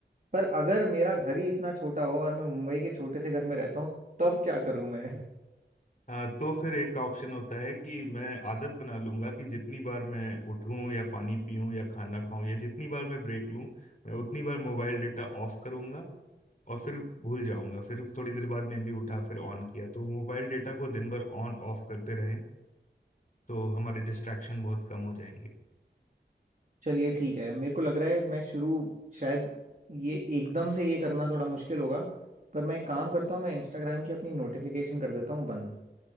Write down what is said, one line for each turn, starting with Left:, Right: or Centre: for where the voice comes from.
Right: पर अगर मेरा घर ही इतना छोटा हो और मैं मुंबई के छोटे से घर में रहता हूँ तब क्या करूं मैं <laughs>
Left: हाँ तो फिर एक ऑप्शन होता है कि मैं आदत बना लूंगा कि जितनी बार मैं उठूं या पानी पीऊं या खाना खाऊं या जितनी बार मैं ब्रेक लूं मैं उतनी बार मोबाइल डेटा ऑफ करूंगा और फिर भूल जाऊंगा फिर थोड़ी देर बाद में भी उठा फिर ऑन किया तो मोबाइल डेटा को दिन भर ऑन ऑफ करते रहें तो हमारे डिस्ट्रैक्शन बहुत कम हो जाएंगे
Right: चलिए ठीक है मेरे को लग रहा है मैं शुरू शायद ये एकदम से ये करना थोड़ा मुश्किल होगा पर मैं एक काम करता हूँ मैं इंस्टाग्राम की अपनी नोटिफिकेशन कर देता हूँ बंद